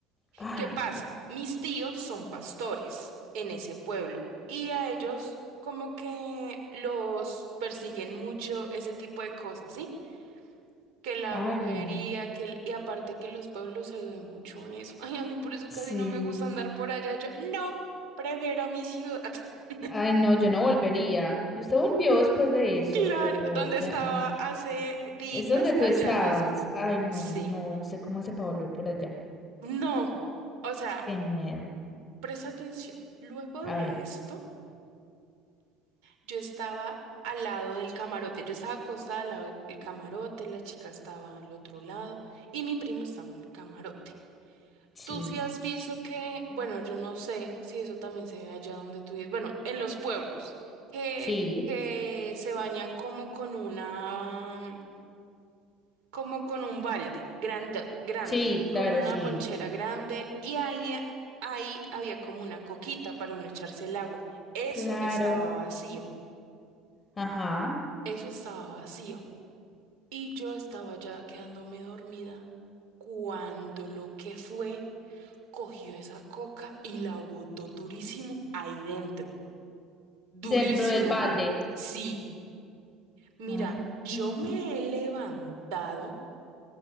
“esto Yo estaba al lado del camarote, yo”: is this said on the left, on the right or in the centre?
Right